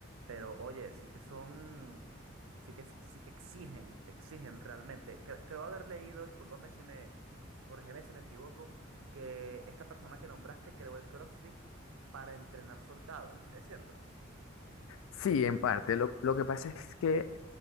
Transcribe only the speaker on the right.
Pero oye, sí que son, sí que, sí que exigen, exigen realmente. Cre- creo haber leído, discúlpame si me, corrígeme si me equivoco, que esta persona que nombraste creó el CrossFit para entrenar soldados, ¿es cierto?